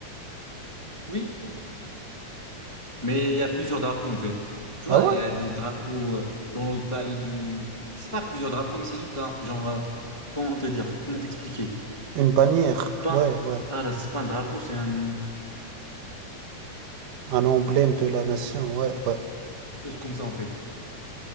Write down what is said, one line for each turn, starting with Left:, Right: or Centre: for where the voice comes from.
Left: oui. Mais il y a plusieurs drapeaux, en fait. Tu
Right: Ah
Left: vois,
Right: ouais?
Left: il y a des drapeaux euh, dans le palais du... C'est pas plusieurs drapeaux, mais c'est juste un... Genre, euh, comment te dire? Comment t'expliquer?
Right: Une bannière.
Left: C'est pas...
Right: Ouais, ouais.
Left: Ah là, c'est pas un drapeau, c'est un- une
Right: Un emblème de la nation. Ouais, ouais,
Left: chose comme ça, en fait.